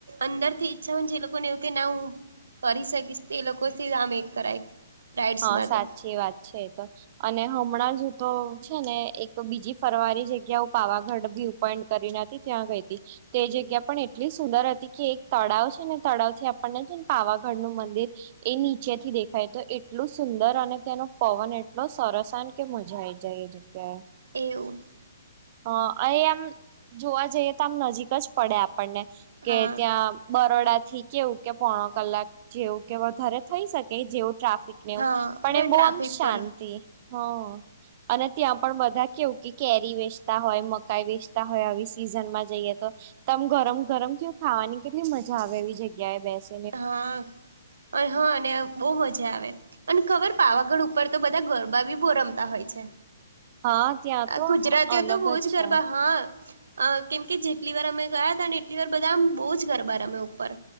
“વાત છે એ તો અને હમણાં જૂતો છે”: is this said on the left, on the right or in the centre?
Right